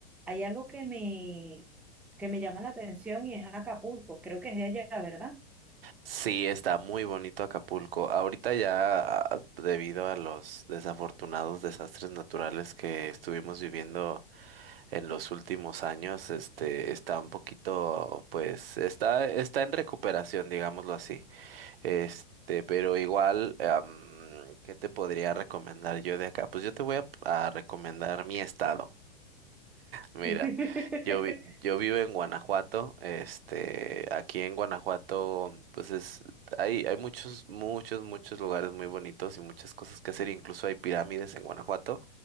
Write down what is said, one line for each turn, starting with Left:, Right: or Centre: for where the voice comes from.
Centre: Hay algo que me, que me llama la atención y es Acapulco. Creo que es de allá, ¿verdad?
Right: Sí, está muy bonito Acapulco. Ahorita ya, ah, debido a los desafortunados desastres naturales que estuvimos viviendo en los últimos años, este, está un poquito, pues, está, está en recuperación, digámoslo así. Este, pero igual, am, ¿qué te podría recomendar yo de acá? Pues yo te voy a, a recomendar mi estado. Mira,
Centre: <laughs>
Right: yo, vi- yo vivo en Guanajuato. Este, aquí en Guanajuato, pues es, hay, hay muchos, muchos, muchos lugares muy bonitos y muchas cosas que hacer. Incluso hay pirámides en Guanajuato